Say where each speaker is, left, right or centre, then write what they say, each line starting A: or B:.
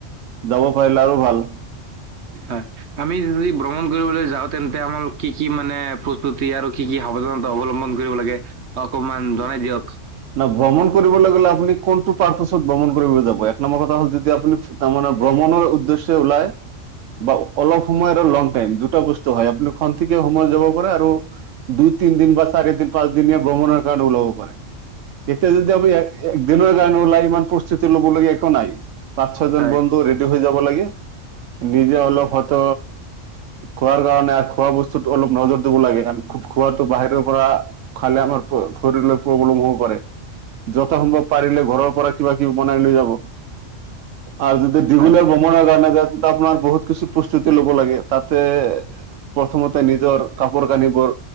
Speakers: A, on the right; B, on the right.
A: যাব পাৰিলে আৰু ভাল।
B: হয়, আমি যদি ভ্ৰমণ কৰিবলৈ যাও তেন্তে আমাৰ কি, কি মানে প্ৰস্তুতি আৰু কি, কি সাৱধানতা অৱলম্বন কৰিব লাগে, অকমান জনাই দিয়ক।
A: ন, ভ্ৰমণ কৰিবলৈ গ'লে আপুনি কোনটো পাৰপাত ভ্ৰমণ কৰিবলৈ যাব এক নম্বৰ কথা হ'ল যদি আপুনি তাৰানে ভ্ৰমণৰ উদ্দেশ্যে ওলাই বা অলপ সময় আৰু লং টাইম দুটা বস্তু হয় আপুনি ক থ সময় যাব পাৰে আৰু দুই দু, তি দিন বা চাৰি দিন, পাঁচ দিনীয়া ভ্ৰমণৰ কাৰণে ওলাব পাৰে। এতিয়া যদি আমি এক দিনৰ গান ওলাই ইমান প্ৰস্তুতি ল'ব লগীয়া একো নাই। পাঁছ, ছয়জন
B: হয়,
A: বন্ধু ৰেডি হৈ যাব লাগে।
B: <inaudible>
A: নিজে অলপ হয়ত খোৱাৰ কাৰণে খোৱা বস্তুত অলপ নজৰ দিব লাগে আমি খুব খোৱা বাহিৰৰ পৰা খালে আমাৰ শৰ প্ৰব্লেম হ যত সম্ভৱ পাৰিলে ঘৰৰ পৰা কিবা, কিবি বনাই লৈ যাব। আৰু যদি দীঘলৰ
B: হয়,
A: ভ্ৰমণৰ কাৰণে যায়ন্ত আপোনাৰ বহুত কিছু প্ৰস্তুতি ল'ব লাগে তাতে প্ৰথমতে নিজৰ কাপোৰ, কানিবোৰ